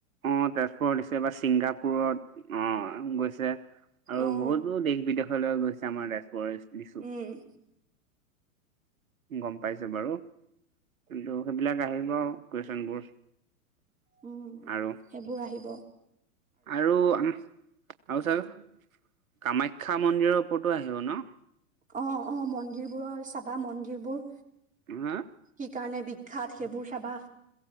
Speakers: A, on the right; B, on the right.
A: অ', তেজপুৰৰ লিচু এইবাৰ ছিংগাপুৰত অ', গৈছে আৰু
B: অ',
A: বহুতো দেশ বিদেশলৈ গৈছে আমাৰ তেজপুৰৰ লিচু।
B: উম।
A: গম পাইছোঁ বাৰু, কিন্তু সেইবিলাক আহিব কুৱেশ্যনবোৰ
B: উম,
A: আৰু
B: সেইবোৰ আহিব।
A: আৰু আ, আৰু চাগ কামাখ্যা মন্দিৰৰ ওপৰতো আহিব ন'!
B: অ', অ', মন্দিৰবোৰৰ চাবা, মন্দিৰ বোৰ
A: হা!
B: কি কাৰণে বিখ্যাত সেইবোৰ চাবা?